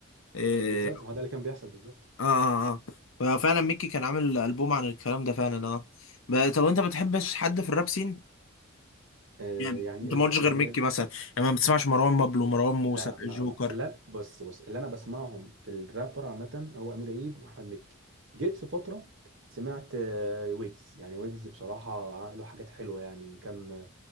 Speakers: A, on the left; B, on the right.
A: إيه،
B: بالظبط ما هو ده اللي كان بيحصل بالظبط
A: اه اه اه ففعلا ميكي كان عامل ألبوم عن الكلام ده فعلا اه ب- طب انت ما بتحبش حد في الراب سين؟
B: آه،
A: يعني
B: يعني
A: انت ما قلتش غير
B: يعني
A: ميكي مثلا يعني ما بتسمعش مروان بابلو مروان موسى
B: لا لا
A: جوكر
B: لا لا بص بص اللي انا بسمعهم في الرابر عامه هو امير عيد واحمد مكي جيت في فتره سمعت آه، ويجز يعني ويجز بصراحه له حاجات حلوه يعني إن كان